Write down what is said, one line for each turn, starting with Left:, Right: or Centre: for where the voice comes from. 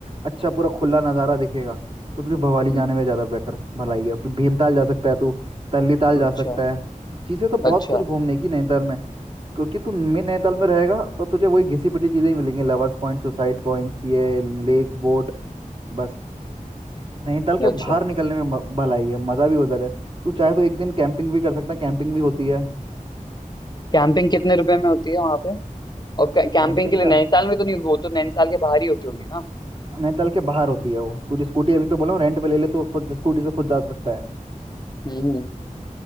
Right: अच्छा पूरा खुला नज़ारा दिखेगा तो तुझे भवाली
Left: हम्म
Right: जाने में ज़्यादा बेटर भलाई है फिर भीमताल जा सकता है तू तल्ली ताल जा
Left: अच्छा
Right: सकता है चीज़ें तो बहुत
Left: अच्छा
Right: कुछ घूमने की नैनीताल में क्योंकि तू मेन नैनीताल में रहेगा तो तुझे वही घिसी पिटी चीज़ें ही मिलेंगी लवर्स पॉइंट सुसाइड पॉइंट्स ये लेक बोट बस नैनीताल के
Left: अच्छा
Right: बाहर निकलने में म- भलाई है मज़ा भी उधर है तू चाहे तो एक दिन कैंपिंग भी कर सकता है कैंपिंग भी होती है
Left: कैंपिंग कितने रुपए में होती है वहां पे और कैंपिंग
Right: कैंपिंग
Left: के लिए
Right: का
Left: नैनीताल में तो नहीं होगी, वो तो नैनीताल के बाहर ही होती होगी ना
Right: नैनीताल के बाहर होती है वो तू स्कूटी अभी तो बोला हूँ रेंट पे ले ले तो खुद स्कूटी से खुद जा सकता है
Left: हम्म